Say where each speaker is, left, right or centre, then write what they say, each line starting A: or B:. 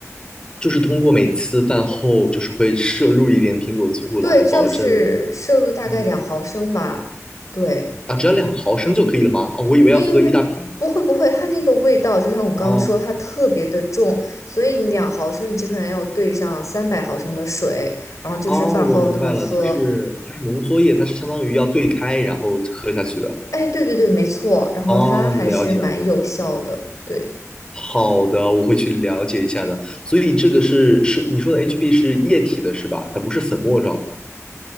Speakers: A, on the left; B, on the left.
A: 就是通过每次饭后就是会摄入一点苹果醋来保证，
B: 对，就是摄入大概两毫升吧，
A: 嗯
B: 对。
A: 啊，只要两毫升就可以了吗？哦，我以为要喝一大瓶。
B: 因为不会不会，它那个味道就像我刚刚说，
A: 哦
B: 它特别的重，所以你两毫升你基本上要兑上三百毫升的水，然后就是饭后那么喝。
A: 哦，我明白了，它是它是浓缩液，它是相当于要兑开然后喝下去的。
B: 哎，对对对，没错，然后它还是蛮有效的，
A: 哦，了解了。
B: 对。
A: 好的，我会去了解一下的。所以这个是是你说的 HB 是液体的是吧？它不是粉末状的。